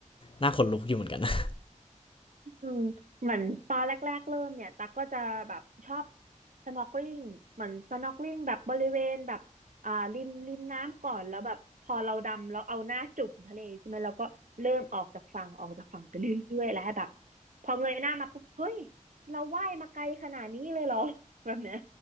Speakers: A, on the left; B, on the right.
A: น่าขนลุกอยู่เหมือนกันนะ
B: อืมเหมือนตอนแรกๆเริ่มเนี่ยตักก็จะแบบชอบ snorkeling เหมือน snorkeling แบบบริเวณแบบอ่าริมริมน้ำก่อนแล้วแบบพอเราดำแล้วเอาหน้าจุ่มทะเลใช่ไหมเราก็เริ่มออกจากฝั่งออกจากฝั่งไปเรื่อยๆแล้วแบบพอเงยหน้ามาปุ๊บเฮ้ยเราว่ายมาไกลขนาดนี้เลยเหรอ <laughs> แบบเนี้ย